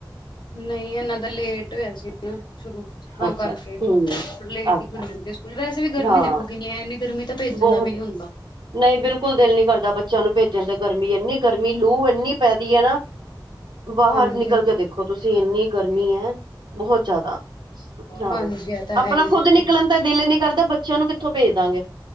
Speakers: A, on the left (about 70°); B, on the right (about 70°).
A: ਨਹੀਂ, ਇਹਨਾਂ ਦਾ ਲੇਟ ਹੋਇਆ ਸੀ ਸ਼ੁਰੂ,
B: ਅੱਛਾ
A: ਕਰਕੇ ਓਨਾ
B: ਹਮ
A: ਲੇਟ
B: ਅੱਛਾ
A: ਹੀ ਖੁੱਲਣਗੇ। ਕੁ ਵੈਸੇ ਵੀ ਗਰਮੀ
B: ਹਾਂ
A: ਦੇਖੋ ਕਿਨੀ, ਇਨੀ ਗਰਮੀ ਤਾਂ ਭੇਜ
B: ਬਹੁਤ
A: ਦਦਾ ਵੀ ਨੀ ਹੁੰਦਾ।
B: ਨਹੀਂ ਬਿਲਕੁਲ ਦਿਲ ਨੀ ਕਰਦਾ ਬੱਚਿਆਂ ਨੂੰ ਭੇਜਣ ਤੇ ਗਰਮੀ ਇੰਨੀ ਗਰਮੀ ਲੂ ਇੰਨੀ ਪੈਦੀ ਹੈ ਨਾ। ਬਾਹਰ
A: ਹਾਂਜੀ
B: ਨਿਕਲ ਕੇ ਦੇਖੋ ਤੁਸੀਂ ਇੰਨੀ ਗਰਮੀ ਹੈ ਬਹੁਤ ਜ਼ਿਆਦਾ। ਹਾਂ।
A: ਹਾਂਜੀ ਇਹ ਤਾਂ
B: ਆਪਣਾ
A: ਹੈ ਹੀ
B: ਖੁੱਦ
A: ਦੇਖੋ
B: ਨਿਕਲਣ ਦਾ ਦਿਲ ਨੀ ਕਰਦਾ ਬੱਚਿਆਂ ਨੂੰ ਕਿੱਥੋਂ ਭੇਜ ਦਾਂਗੇ।